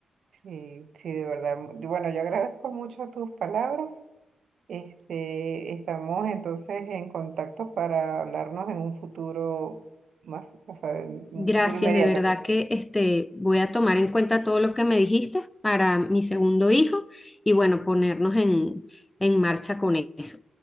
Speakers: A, on the right; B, on the left.
A: Sí, sí, de verdad. Bueno, yo agradezco mucho tus palabras Este, estamos entonces en contacto para hablarnos en un futuro más, o sea, en un
B: Gracias,
A: futuro inmediato,
B: de verdad
A: pues.
B: que este, voy a tomar en cuenta todo lo que me dijiste para mi segundo hijo y bueno, ponernos en, en marcha con eso.